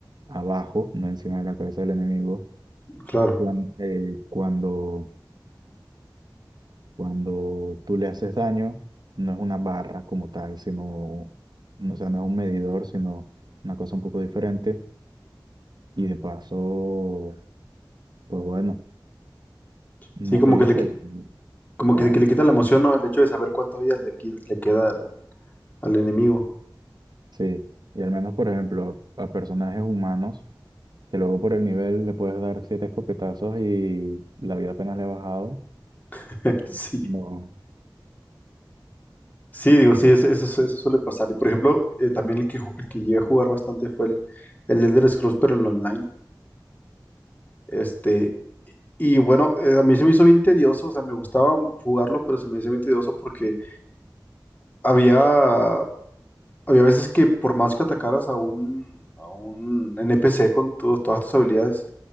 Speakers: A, on the right (about 60°); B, on the left (about 20°).
A: abajo, no encima de la cabeza del enemigo,
B: Claro.
A: cuan- eh, cuando, cuando tú le haces daño, no es una barra como tal, sino, no, o sea, no es un medidor, sino una cosa un poco diferente. Y de paso, pues bueno, no
B: Sí, como
A: te dice.
B: que le, qui-
A: O
B: como
A: sea,
B: que, que le quita la emoción, ¿no? El hecho de saber cuánta vida le, qui- le queda al, al enemigo.
A: sí. Y al menos, por ejemplo, a, a personajes humanos, que luego por el nivel le puedes dar siete escopetazos y la vida apenas le ha bajado.
B: <laughs> Sí.
A: No,
B: Sí, digo, sí, eso, eso, eso suele pasar. Y por ejemplo, eh, también el que, ju- el que llegué a jugar bastante fue el, el Elder Scrolls, pero en online. Este, y bueno, eh, a mí se me hizo bien tedioso, o sea, me gustaba jugarlo, pero se me hizo bien tedioso porque había, había veces que por más que atacaras a un, a un NPC con tu- todas tus habilidades,